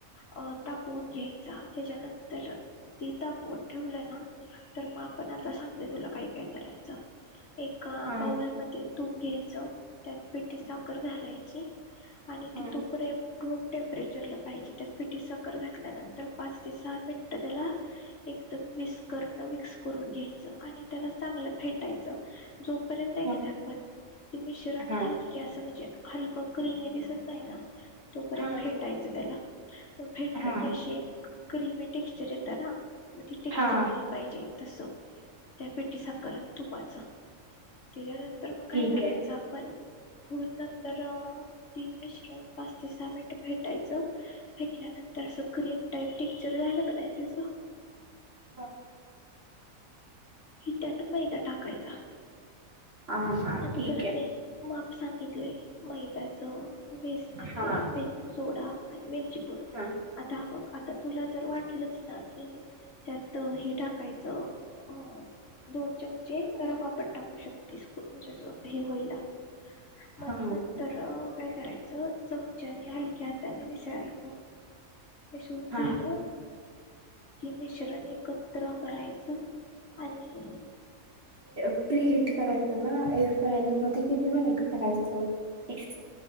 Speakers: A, on the left; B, on the right.
A: अ तापवून घ्यायचा, त्याच्यानंतर ते तापवत ठेवलं ना. तर मग आपण आता सांगतेय तुला काय काय करायचं, एका
B: हा
A: बाऊलमध्ये तूप घ्यायचं, त्यात पिठी साखर घालायची आणि
B: हा
A: ती तूप रे- रूम टेम्परेचरला पाहिजे. त्यात पिठी साखर घातल्यानंतर पाच ते सहा मिनिटं त्याला एक मिक्सर मिक्स करून घ्यायचं. आणि त्याला चांगलं फेटायचं, जोपर्यंत आहे
B: हा
A: क नाही आपण ते मिश्रण
B: हा
A: हलक असं म्हणजे हलकं क्रिमी दिसत नाही ना. तोपर्यंत
B: हा
A: फेटायचं त्याला. म फेटलं
B: हा
A: की अशी एक क्रिमी टेक्स्चर येतं ना मग ते टेक्स्चर
B: हा
A: आलं पाहिजे. तस त्या पिठी साखर अन् तुपाच त्याच्यानं- तर मग
B: ठीक
A: काय करायचं
B: आहे
A: आपण फुड नंतर ती मिश्रण पाच ते सहा मिनिट फेटायचं फेटल्या नंतर असं क्रीम टाईप टेक्चर झालं का नाही त्याच
B: हो <inaudible>
A: की त्यात मैदा टाकायचा,
B: हा हा
A: नंतर
B: ठीक
A: तुला
B: आहे
A: मी माप सांगितलय मैद्याच, बेसनाचं,
B: हा
A: बेकिंग सोडा आणी वेल. चिपुड
B: हा
A: आता हा बघ. आता तुला जर वाटलच ना की त्यात हे टाकायचं अ दोन चमचे रवापण टाकू शक त म्हणजे अस हे होईला मग
B: हा
A: नंतर काय करायचं, चमच्याने हलक्या हाताने मिसळायचं. मिसळून
B: हा
A: झालं की मिश्रण ऐक त्र करायचं आणि
B: प्री हिट करायचं ना <unintelligible> मध्ये किती मिनिट करायचं ए